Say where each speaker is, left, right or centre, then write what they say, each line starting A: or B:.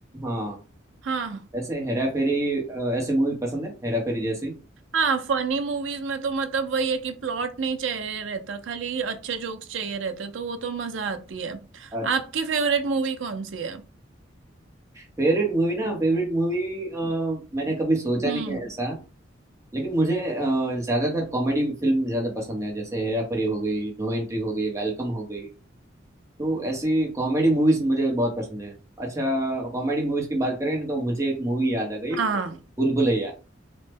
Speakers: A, on the right; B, on the right.
A: हाँ
B: हाँ हाँ
A: ऐसे हेरा फेरी अ, ऐसे मूवी पसंद है हेरा फेरी जैसी
B: हाँ फनी मूवीज में तो मतलब वही है कि प्लॉट नहीं चाहिए रहता खाली अच्छे जोक्स चाहिए रहते तो वो तो मजा आती है
A: अच्छा
B: आपकी फेवरेट मूवी कौन सी है
A: फेवरेट मूवी ना फेवरेट मूवी मैंने कभी सोचा
B: हम्म
A: नहीं है ऐसा लेकिन मुझे अ, ज्यादातर कॉमेडी फिल्म ज्यादा पसंद है जैसे हेरा फेरी हो गई नो एंट्री हो गई वेलकम हो गई तो ऐसी कॉमेडी मूवीज मुझे बहुत पसंद है अच्छा कॉमेडी मूवीज की बात करें ना तो मुझे एक मूवी याद आ गई
B: हाँ
A: भूल भुलैया